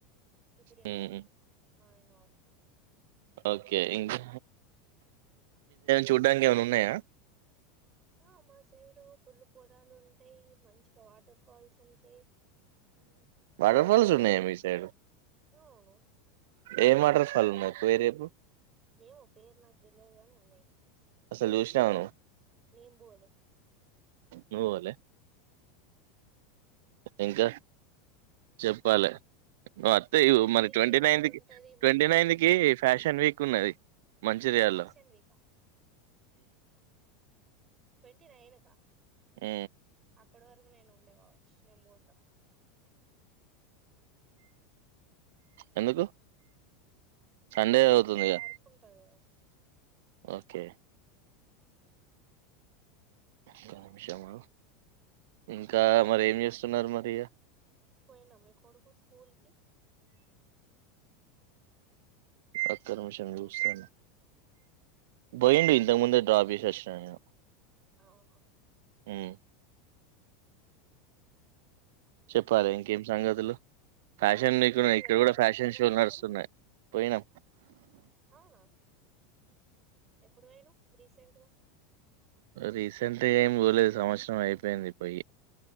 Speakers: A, on the right; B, on the right.
A: ఇప్పుడ ఇనా
B: హ్మ్.
A: వడు ఆ ఇనపడుతుంది
B: ఓకే ఇంకా చూడ్డానికి ఏమైనా ఉన్నాయా?
A: ఆ మా సైడు ఫుల్ పొలాలు ఉంటాయి మంచిగా వాటర్ ఫాల్స్ ఉంటాయి
B: వాటర్ఫల్స్ ఉనయా మీ సైడ్
A: ఆ అవును
B: ఏ వాటర్ ఫాల్స్ ఉన్నాయ్ పేరు చెప్పు
A: ఏమో పేరు నాకు తెల్వదు గాని ఉన్నాయి
B: అసలు చూసినవా నువు
A: నేంబోలే
B: నువ్వు పోలే ఇంకా చెప్పాలే అత్తే ఇ
A: లక్ష్మీదేవి
B: మరి ట్వంటీ నైన్త్
A: గుడి ఉంటది
B: కి ట్వంటీ
A: మంచిగా
B: నైన్త్
A: దగ్గరనే
B: కి ఫ్యాషన్ వీక్ ఉన్నది మంచింర్యాల్
A: ఫ్యాషన్
B: లో
A: వీకా ట్వంటీ నైనుకా
B: ఊ
A: అప్పటి వరకు నేను ఉండ కావచ్చు నేను పోత
B: ఎందుకు సండే అవుతుంది
A: ఆఫీస్
B: గా
A: వర్క్ ఉంటది కదా
B: ఓకే ఒక నిమిషము ఆగు ఇంకా మరీ ఏం చేస్తున్నారు మరి
A: పోయిండ మీ కొడుకు స్కూల్ కి
B: అకనిమిషం చూస్తాను పోయిడు ఇంతకు ముందే డ్రాప్ చేసచ్చిన నేను
A: అవును
B: హ్మ్. చెప్పలే
A: ఇంకా
B: ఇంకేం సంగతులు ఫ్యాషన్
A: తిరుపతి
B: మీకున్నా ఇక్కడ
A: పోయినావా
B: కూడా ఫ్యాషన్
A: నువ్వు ఎప్పుడన్నా
B: షోలు నడుస్తున్నాయి
A: మరి
B: పోయినా
A: అవునా ఎప్పుడు పోయినావ్ రీసెంట్గా
B: రీసెంట్గా ఏం పోలేదు సంవత్సరం అయిపోయింది పోయి